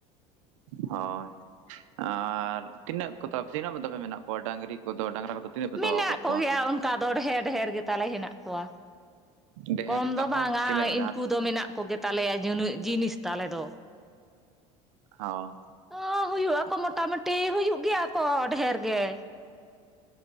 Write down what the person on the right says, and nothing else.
ᱦᱳᱭ ᱟᱨ ᱛᱤᱱᱟᱹᱜ ᱛᱤᱱᱟᱹᱜ ᱠᱚ ᱛᱟᱯᱮ ᱢᱮᱱᱟᱜ ᱠᱚᱣᱟ ᱰᱟᱝᱨᱤ ᱠᱚᱫᱚ ᱰᱟᱝᱨᱟ ᱠᱚᱫᱚ ᱛᱤᱱᱟᱹᱜ ᱯᱮ ᱫᱚᱦᱚ
ᱟᱠᱟᱫ
ᱠᱚᱣᱟ
ᱰᱷᱮᱨ
ᱛᱟᱦᱚᱸ
ᱛᱤᱱᱟᱹᱜ ᱡᱟᱦᱟᱸ
ᱦᱚᱸ᱾